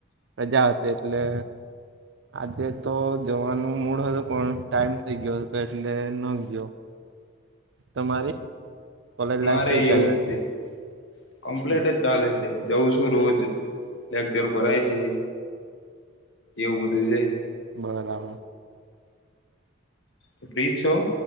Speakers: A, on the right; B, on the left.
A: રજા હતી એટલે આજે તો જવાનું મૂળ હતું પણ ટાઈમ થઇ ગયો હતો એટલે ન ગયો તમારી કોલેજ
B: મારે
A: લાઈફ કેવી ચાલી
B: એવું જ
A: રહી
B: છે કમ્પ્લીટ
A: બસ
B: જ ચાલે છે જઉ છું રોજ લેકચર ભરાય છે એ બ દ છે
A: બરામાં
B: તો પ્રીત છો